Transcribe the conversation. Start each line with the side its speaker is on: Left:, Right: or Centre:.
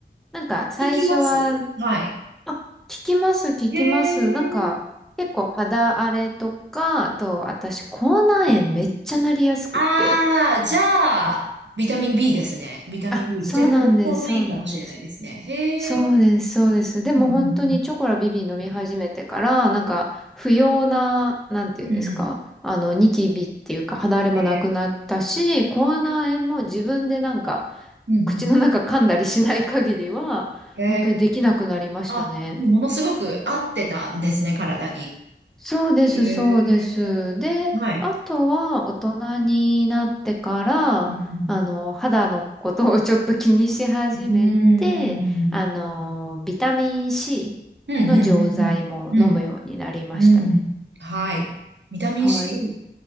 Centre: なんか、最初は、
Right: 聞きますはい。
Centre: あ、効きます、効きます。
Right: へえ。
Centre: なんか、結構肌荒れとか、あと、私、口内炎めっちゃなりやすくて。
Right: ああ、じゃあ、ビタミン B ですね。ビタミン
Centre: あ、
Right: B
Centre: そうなんです、
Right: で。じゃあ、ちょうちょうどいいかもしれないですね。
Centre: そうなんです。
Right: へえ。
Centre: そうです、そうです。でも本当にチョコラビビ飲み始めてから、
Right: うん
Centre: なんか不要な、なんていうんですか、
Right: うんうん。うんうん。
Centre: あの、ニキビっていうか肌荒れもなくなったし、
Right: へ
Centre: 口内炎も自分でなんか
Right: え。うんうん。
Centre: 口の中噛んだりしない限りは、
Right: へえ。
Centre: 本当にできなくなりましたね。
Right: あ、もうものすごく合ってたんですね、体に。
Centre: そうです、
Right: へえ。
Centre: そうです。で、
Right: はい。
Centre: あとは大人になってから、
Right: うん
Centre: あの、肌のことをちょっと気にし始めて、
Right: うん。うーん。
Centre: あの、ビタミン C
Right: うんうん
Centre: の錠剤も飲むようになりましたね。
Right: うんうん。うん。うん。はい。ビタミン
Centre: はい。
Right: C。